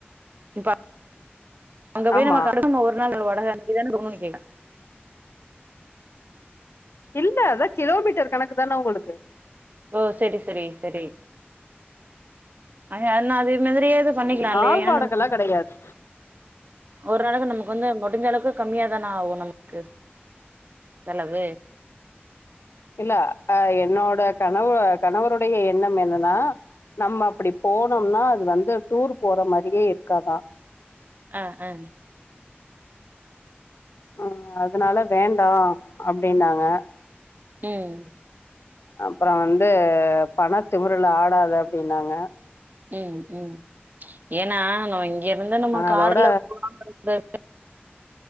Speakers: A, on the right; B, on the left.
A: இ அங்க போய்
B: ஆமா
A: நம்ம கட்டணு ஒரு நாள் வாடக <unintelligible>
B: இல்ல அதா கிலோமீட்டர் கணக்கு தான உங்களுக்கு
A: ஓ செரி செரி செரி அவ எல்லா அதே மாரியே இது பண்ணிக்கலா
B: ம், நாள்
A: இல்லயா ஏனா
B: வாடகல்லா
A: நம் <inaudible>
B: கெடையாது
A: ஒரு நாளக்கு நமக்கு வந்து முடிஞ்ச அளவுக்கு கம்மியா தானே ஆகு நமக்கு செலவு
B: இல்ல அ என்னோட கணவு கணவருடைய எண்ணம் என்னனா நம்ம அப்பிடி போனோம்னா அது வந்து டூர் போற மாரியே இருக்காதா
A: ஆ ஆ
B: அ அதனால வேண்டா அப்டின்னாங்க
A: ம்
B: அப்ற வந்து பண திமிருல ஆடாத அப்டின்னாங்க
A: ம் ம் ஏன்னா நம்ம இங்க இருந்து நம்ம
B: அதோட
A: கார்ல போலானு <inaudible>